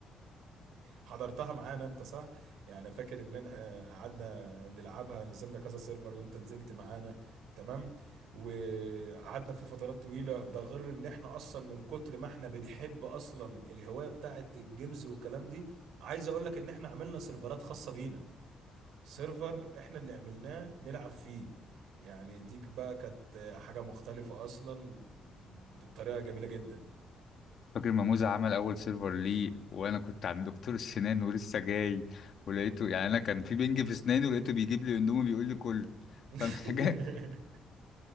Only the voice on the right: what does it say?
حضرتها معانا انت صح يعني فاكر ان احنا قعدنا نلعبها نزلنا كذا سيرفر وانت نزلت معانا تمام وقعدنا في فترات طويلة ده غير ان احنا اصلا من كتر ما احنا بنحب اصلا الهواية بتاعت الجيمز والكلام دي عايز اقول لك ان احنا عملنا سيرفرات خاصة بينا سيرفر احنا اللي عملناه نلعب فيه يعني ديك بقى كانت حاجة مختلفة اصلا بطريقة جميلة جدا
<laughs> <laughs>